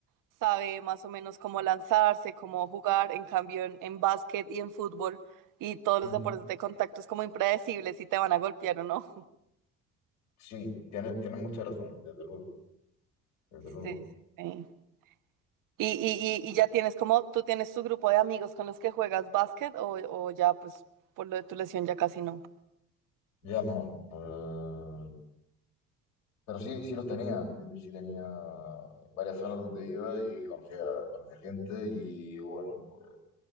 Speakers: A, on the right; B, on the left.
A: sabe más o menos cómo lanzarse, cómo jugar, en cambio en, en básquet y en fútbol y todos los
B: Ujú.
A: deportes de contacto es como impredecible si te van a golpear o no.
B: Sí, tiene, tiene mucha razón, desde luego,
A: <laughs>
B: desde luego.
A: Sí, sí. sí. Y, y, y, y ya tienes como, tú tienes tu grupo de amigos con los que juegas básquet o, o ya pues por lo de tu lesión ya casi no.
B: Ya no, pues, pero sí, sí los tenía, sí sí tenía varias zonas donde iba y conocía, conocía gente y bueno, pues